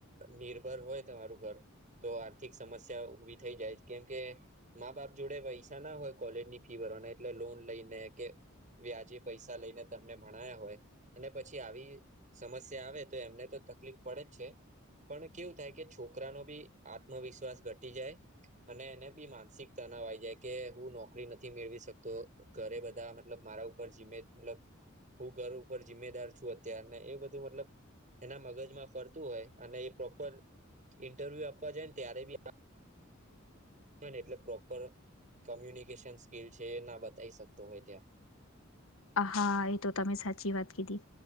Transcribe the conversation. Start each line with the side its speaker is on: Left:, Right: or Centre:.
Right: નિર્ભર હોય તમારું ઘર તો આર્થિક સમસ્યા ઉભી થઈ જાય કેમ કે મા બાપ જોડે પૈસા ના હોય કોલેજની ફી ભરવાના એટલે લોન લઈને કે વ્યાજે પૈસા લઈને તમને ભણ હોય અને પછી આવી સમસ્યા આવે તો એમને તો તકલીફ પડે જ છે. પણ કેવું થાય કે છોકરાનોબી આત્મવિશ્વાસ ઘટી જાય અને એને બી માનસિક તનાવ આ આવી જાય કે હું નોકરી નથી મેળવી શકતો. ઘરે મતલબ ઉપર જીમે મતલબ હું ઘર ઉપર જિમ્મેદાર છું અત્યારને એ બધું મતલબ એના મગજમાં ફરતું હોય અને એ પ્રોપર ઇન્ટરવ્યુ આપવા જાયને ત્યારે બી એટ પ્રોપર કમ્યુનિકેશન સ્કીલ છે એ, ના બતાવી શકતો હોય ત્યાં
Left: હા એ તો તમે સાચી વાત કીધી